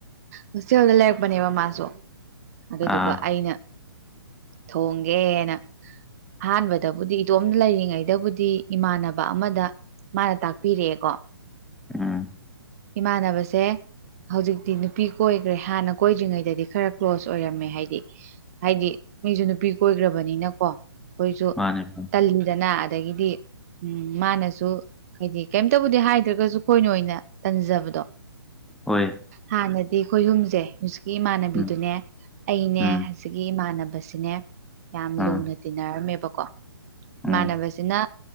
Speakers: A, on the right; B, in the centre.
A: ꯍꯣꯁꯇꯦꯜꯗ ꯂꯩꯔꯛꯄꯅꯦꯕ ꯃꯥꯁꯨ ꯑꯗꯨꯗꯨꯒ
B: ꯑꯥ
A: ꯑꯩꯅ ꯊꯣꯡꯒꯦꯅ ꯑꯍꯥꯟꯕꯗꯕꯨꯗꯤ ꯏꯇꯣꯝ ꯂꯩꯔꯤꯉꯩꯗꯕꯨꯗꯤ ꯏꯃꯥꯟꯅꯕ ꯑꯃꯗ ꯃꯥꯅ ꯇꯥꯛꯄꯤꯔꯛꯑꯦꯀꯣ
B: ꯎꯝ
A: ꯏꯃꯥꯟꯅꯕꯁꯦ ꯍꯧꯖꯤꯛꯇꯤ ꯅꯨꯄꯤ ꯀꯣꯏꯈ꯭ꯔꯦ ꯍꯥꯟꯅ ꯀꯣꯏꯗ꯭ꯔꯤꯉꯩꯗꯗꯤ ꯈꯔ ꯀ꯭ꯂꯣꯁ ꯑꯣꯏꯔꯝꯃꯦ ꯍꯥꯏꯗꯤ ꯍꯥꯏꯗꯤ ꯃꯤꯁꯨ ꯅꯨꯄꯤ ꯀꯣꯏꯈ꯭ꯔꯕꯅꯤꯅ ꯀꯣ ꯑꯩꯈꯣꯏꯁꯨ
B: ꯃꯥꯅꯦ ꯃꯥꯅꯦ
A: ꯇꯜꯂꯤꯗꯅ ꯑꯗꯒꯤꯗꯤ ꯎꯝ ꯃꯥꯅꯁꯨ ꯍꯥꯏꯗꯤ ꯀꯩꯝꯇꯕꯨꯗꯤ ꯍꯥꯏꯗ꯭ꯔꯒꯁꯨ ꯑꯩꯈꯣꯏꯅ ꯑꯣꯏꯅ ꯇꯟꯖꯕꯗꯣ
B: ꯍꯣꯏ
A: ꯍꯥꯟꯅꯗꯤ ꯑꯩꯈꯣꯏꯍꯨꯝꯁꯦ ꯍꯧꯖꯤꯛꯀꯤ ꯏꯃꯥꯟꯅꯕꯤꯗꯨꯅꯦ
B: ꯎꯝ
A: ꯑꯩꯅꯦ
B: ꯎꯝ
A: ꯍꯧꯖꯤꯛꯀꯤ ꯏꯃꯥꯟꯅꯕꯁꯤꯅꯦ ꯌꯥꯝ
B: ꯑꯥ
A: ꯂꯨꯅ ꯇꯤꯟꯅꯔꯝꯃꯦꯕꯀꯣ
B: ꯎꯝ
A: ꯏꯃꯥꯟꯅꯕꯁꯤꯅ